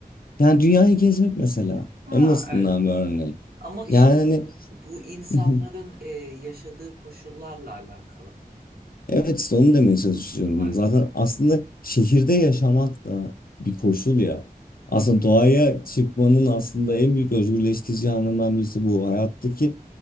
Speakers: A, on the left (about 70°); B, on the right (about 80°).
A: Yani dünyayı gezmek mesela.
B: Ha
A: En basitinden
B: öyle.
A: bir örneği.
B: Ama işte
A: Yani
B: bu, bu insanların
A: <laughs>
B: e, yaşadığı koşullarla alakalı
A: Evet işte onu demeye çalışıyorum.
B: maalesef.
A: Zaten aslında şehirde yaşamak da bir koşul ya. Aslında
B: Hı hı.
A: doğaya çıkmanın aslında en büyük özgürleştirici anından birisi bu. Hayattaki